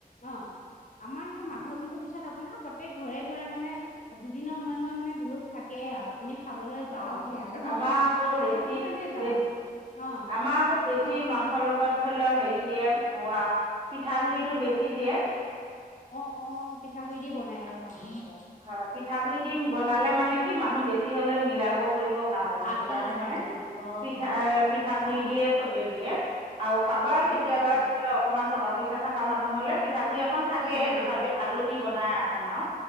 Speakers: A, on the left; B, on the right.
A: অ' আমাৰ মাঘৰ মাঘৰ বিহুৰ পিছত আপোনাৰ প্ৰত্যেক ঘৰে-ঘৰে মানে দুদিনৰ মূৰে-মূৰে মানে ভোজ থাকে আৰু। আপুনি খাবলৈ যাওকহে
B: অ
A: আৰু।
B: আমাৰ
A: দালিটোৰ
B: বেছি
A: কাৰণে যাওঁ
B: বে
A: আমি অ
B: আমাৰকো বেছি
A: অ
B: মাংস লগ লগত ধৰি লও হেৰি দিয়ে পিঠাগুডৰিটো বেছি দিয়ে।
A: অ, অ, পিঠাগুড়ি দি বনাই আৰু মাংস।
B: হয় পিঠাগুৰি দিম বনালে মানে কি মানুহ বেছি হলে মিলাব কৰিব ভাল সেইটো
A: আতি
B: কাৰণে
A: যায়
B: মানে
A: অ
B: পিঠা
A: অ
B: পিঠাগুৰি
A: অ
B: দিয়ে চবে দিয়ে। আৰু কাৰোবাৰ
A: অ
B: কেতিয়াবা
A: অ
B: থলে অকমান টকা পইচা থকা মানুহ হলে পিঠাগুৰি এখন থাকে
A: তেতিয়া নিদিয়ে
B: তথাপি
A: আৰু
B: আলু দি বনাই এখন আৰু।